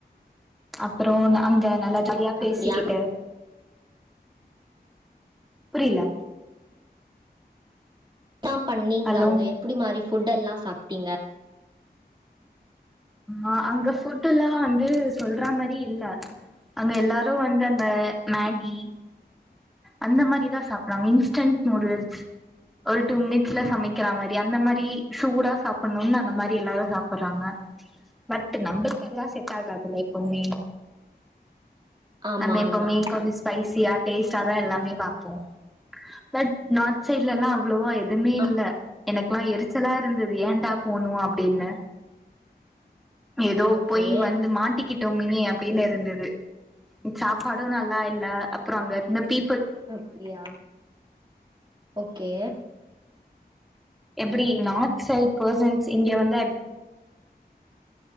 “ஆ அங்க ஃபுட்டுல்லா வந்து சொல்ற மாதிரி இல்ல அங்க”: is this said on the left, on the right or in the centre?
Centre